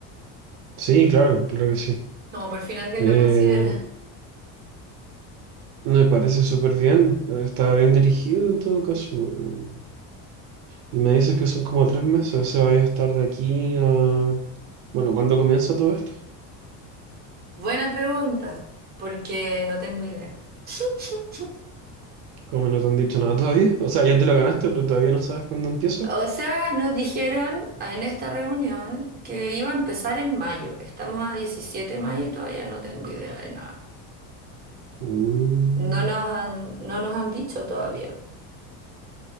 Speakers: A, on the right (about 65°); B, on the right (about 20°).
A: Sí, claro, claro que sí.
B: Como por fin alguien
A: Eh,
B: lo considera.
A: me parece súper bien. eh, Está bien dirigido en todo caso. eh. Y me dices que son como tres meses, o sea, vaya a estar de aquí a... Bueno, ¿cuándo comienza todo esto?
B: Buena pregunta, porque no tengo idea. <laughs>
A: Como no te han dicho nada todavía. <laughs> O sea, ya te lo ganaste, pero todavía no sabes cuándo empieza.
B: O sea, nos dijeron en esta reunión que iba a empezar en mayo. Estamos a 17 de mayo y todavía no tengo idea de nada.
A: Mm,
B: No nos han, no nos han dicho todavía.